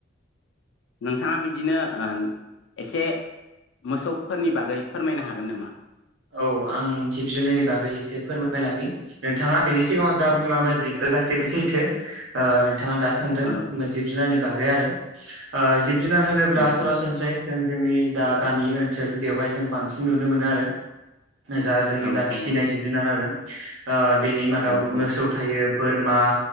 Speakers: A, on the left; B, on the right.
A: नोंथाङा बिदिनो ओम एसे मोसौफोरनि बागै फोरमायनो हागोन नामा?
B: औ आं जिब जुनारनि बागै एसे फोरमायलांनि- नोंथाङा बेनि सिगाङाव जा
A: औ
B: बुंलांबाय बेफोर गास जेबो सैथो थाङा दा सोंदों
A: औ
B: जिब जुनारनि- बागै आरो ओ जिब जुनार होनोब्ला
A: उम
B: सरा
A: उम
B: सनस्रायै जों जोंनि जा गामि ओनसोल बेवहाय जों बांसिन नुनो मोनो आरो जा जोंनि
A: औ
B: जा फिसिनाय
A: औ
B: जिब जुनार आरो आ बेनि मादाव
A: औ औ
B: मोसौ थायो बोरमा,